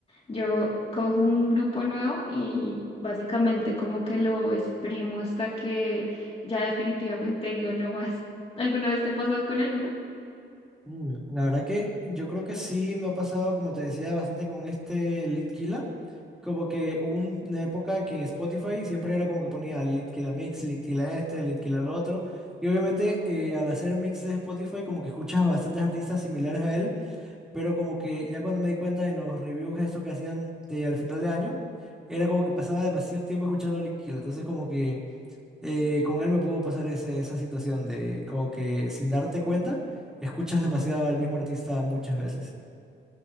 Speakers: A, on the left (about 30°); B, in the centre.
A: Yo cojo un grupo nuevo y básicamente como que lo exprimo hasta que ya definitivamente digo no más. ¿Alguna vez te ha pasado con alguno?
B: Mm, La verdad que yo creo que sí me ha pasado, como te decía, bastante con este Lit Litkila. Como que un- una época que en Spotify siempre era como que ponía Litkila Mix, Litkila este, Litkila lo otro. Y obviamente eh, al hacer mix de Spotify como que escuchas bastantes artistas similares a él, pero como que ya cuando me di cuenta en los reviews estos que hacían de, al final de año, era como que pasaba demasiado tiempo escuchando Litkila. Entonces como que eh, con él me pudo pasar ese- esa situación de como que sin darte cuenta, escuchas demasiado al mismo artista muchas veces.